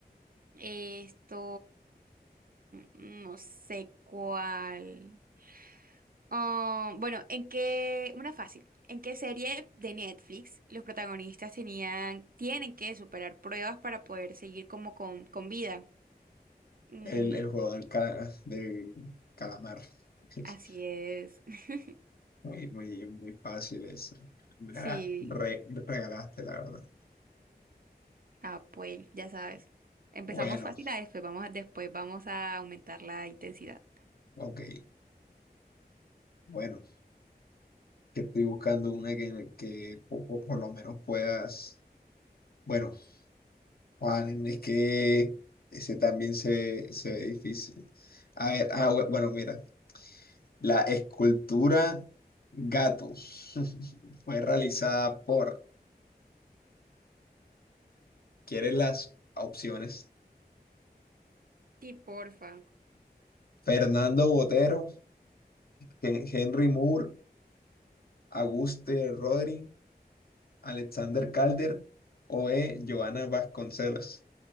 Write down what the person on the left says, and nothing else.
El, el juego del, ca- del calamar. <laughs>
Muy, muy, muy fácil eso. Me
la re- regalaste, la verdad.
Bueno,
ok. Bueno, que estoy buscando una que, que po- po- por, lo menos puedas. Bueno, Juan, es que ese también se, ve- se ve difícil. A ver, ah, bu- bueno, mira, la escultura gato <laughs> fue realizada por, ¿quieres las opciones?
Fernando Botero, Hen- Henry Moore, Auguste Rodri, Alexander Calder o E. Giovanna Vasconcelos.